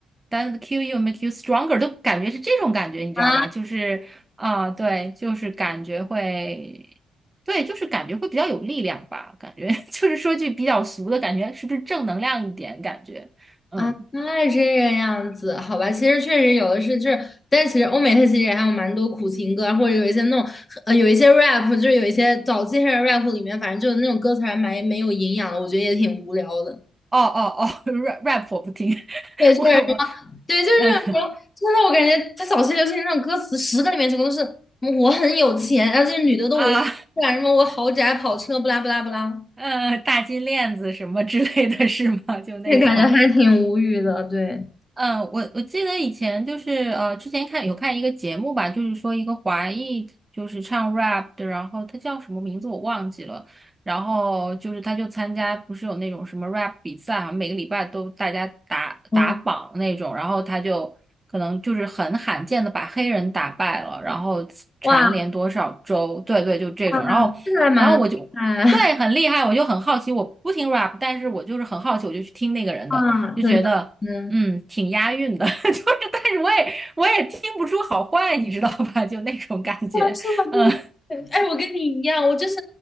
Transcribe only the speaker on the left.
啊
啊，
那这个样子，好吧，其实确实有的是，就是，但其实欧美它其实也还有蛮多苦情歌啊，或者有一些那种，呃，有一些 rap，就是有一些早期的 rap 里面，反正就是那种歌词还蛮没有营养的，我觉得也挺无聊的。
对，就是
对，就是那种，
真的，我感觉他早期流行那种歌词，十个里面九个都是嗯我很有钱，然后这些女的都围不然什么我豪宅、
跑车，不拉不拉不拉，
那感觉还挺无语的。对，
哇
哇
哇，
这个还蛮厉害 <laughs>
啊！
怎样？嗯，
是啊是啊，
对。哎，我跟你一样，我就是